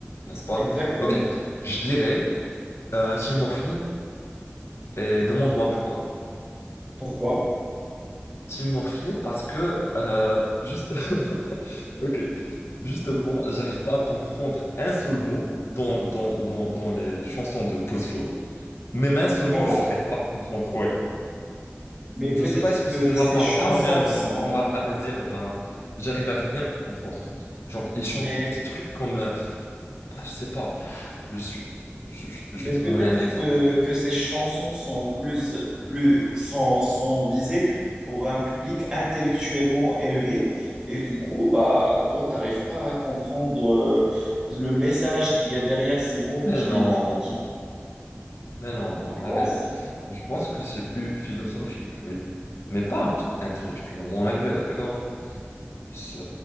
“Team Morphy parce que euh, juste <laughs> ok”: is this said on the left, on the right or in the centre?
Left